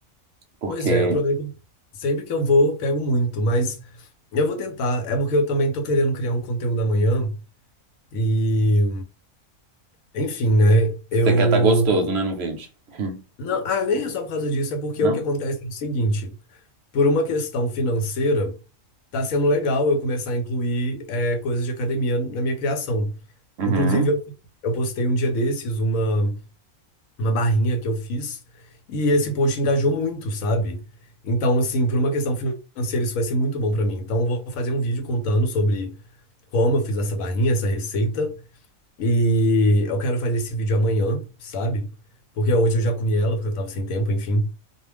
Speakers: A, on the right (about 65°); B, on the left (about 85°).
A: Porque
B: Pois é, o problema é que sempre que eu vou, eu pego muito, mas eu vou tentar. É porque eu também tô querendo criar um conteúdo amanhã. E, enfim, né?
A: você
B: Eu.
A: quer estar gostoso, né, no vídeo. Hum,
B: Não, ah, nem é só por causa disso, é porque
A: Não?
B: o que acontece é o seguinte: por uma questão financeira, tá sendo legal eu começar a incluir eh, coisas de academia na minha criação.
A: Uhum.
B: Inclusive, eu, eu postei um dia desses uma. uma barrinha que eu fiz e esse post engajou muito, sabe? Então, assim, por uma questão financeira, isso vai ser muito bom pra mim. Então, eu vou fazer um vídeo contando sobre como eu fiz essa barrinha, essa receita. E eu quero fazer esse vídeo amanhã, sabe? Porque hoje eu já comi ela, porque eu tava sem tempo, enfim.